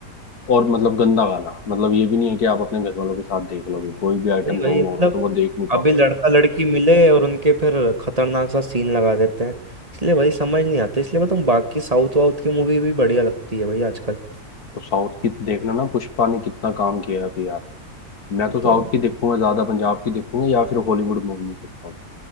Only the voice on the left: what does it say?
और मतलब गंदा गाना मतलब ये भी नहीं है कि आप अपने घर वालों के साथ देख लोगे कोई भी आइटम
सॉन्ग
होगा तो वो देख नहीं
पाओगे
तो साउथ की देखना ना पुष्पा ने कितना काम किया है अभी यार मैं
तो साउथ
की देखूंगा ज्यादा पंजाब की देखूंगा या फिर हॉलीवुड मूवीज देखता हूँ